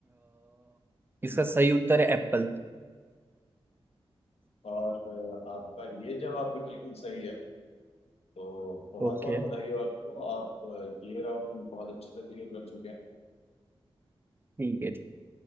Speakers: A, on the right; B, on the left.
A: इसका सही उत्तर है एप्पल
B: और अ, आपका ये जवाब भी बिल्कुल सही है तो बहुत
A: ओके
B: बहुत बधाई हो आपको आप अ, ये राउंड बहुत अच्छे से क्लियर कर चुके हैं
A: ठीक है ठीक